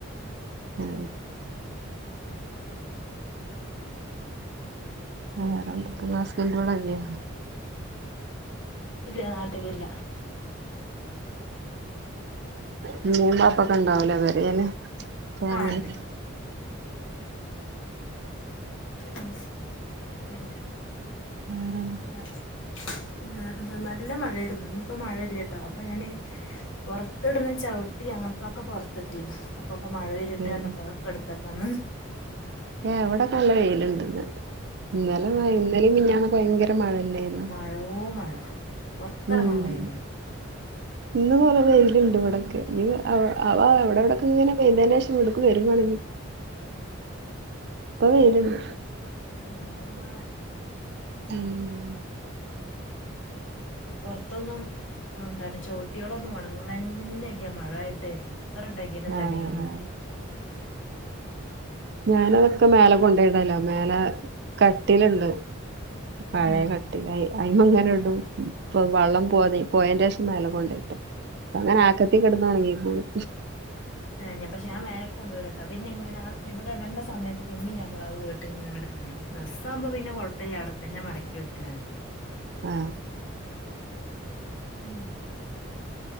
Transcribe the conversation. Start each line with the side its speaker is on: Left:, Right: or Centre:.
Right: ഉം വേറെന്തൊക്കെണ് ഹസ്ബന്റവിടെ ഇല്ലെ
Left: ഇല്ല നാട്ടിലില്ല
Right: ഉമ്മീ വാപ്പക്കെ ഇണ്ടാവൂലേ പെരെല് ഫാമിലി
Left: ആഹ് ഉണ്ട് ഉം പിന്നെ
Right: ഉം
Left: അ വേറെന്താ നല്ല മഴായിരുന്നു ഇന്നിപ്പോ മഴയില്ല കേട്ടോ അപ്പൊ ഞാന് പുറത്ത് ഇടുന്ന ചവിട്ടി അങ്ങനത്തൊക്കെ പുറത്തി ഇട്ടീന്ന് അപ്പൊ അപ്പ മഴ വരിയിട്ട
Right: വേറെ
Left: കണ്ടപ്പോ അതൊക്കെ എടുത്ത പനും
Right: എവിടെക്കെ നല്ല വെയിലുണ്ടന്ന് ഇന്നലെ ഇന്നലും മിനിഞ്ഞാന്നൊക്കെ ഭയങ്കര മഴയല്ലേരുന്നോ
Left: മഴോ മഴ പുറത്തിറങ്ങാൻ
Right: ഉം
Left: കഴിയണേ
Right: ഇന്ന് കൊറെ വേൽ ണ്ട് ഇവിടക്ക് അവ എവിടെ എവിടക്ക ഇങ്ങനെ പെയതെ ന്റെ ശേഷം ഇവിടക്ക് വരുവാണെങ്കിൽ ഇപ്പൊ വേലുണ്ട്
Left: ഉവിടുമ്പഴ
Right: ഉം
Left: പുറത്തൊന്നും എന്താണ് ചുവട്ടികളൊന്നും വണങ്ങ പിന്നെ ഇട്ടിയ മഴ ആയിട്ട് എത്ര ഉണ്ടൊക്കിട്ടും
Right: ആഹ്
Left: തെകയുണില്ല <inaudible>
Right: ഞാന അതൊക്കെ മേലെ കൊണ്ടയിടല്ലോ മേലെ കട്ടിലുണ്ട് പഴയ
Left: ഉം
Right: കട്ടില അയിമംഗനെ വള്ളം പോ പോയേന്റെ ശേഷം മേല കൊണ്ടയിടും അങ്ങനെ ആക്കത്തി കിടന്ന് ഉണങ്ങിക്കോളും
Left: ്ഞാ പക്ഷ ഞാ വേരെക്ക കൊണ്ട്വരാട്ടോ പിന്നെ ഇങ്ങനെ ഇവിടെടണ്ട സമയത്ത് പിന്ന ഞമ്മ ആ പോയിട്ട് ഇെ ഡ്രസ്സ് ആകുമ്പോ പിന്നെ കുഴപ്പമില്ല അവിടെത്തന്നെ മടക്കി വെക്കയാണ്
Right: ആ
Left: ഉം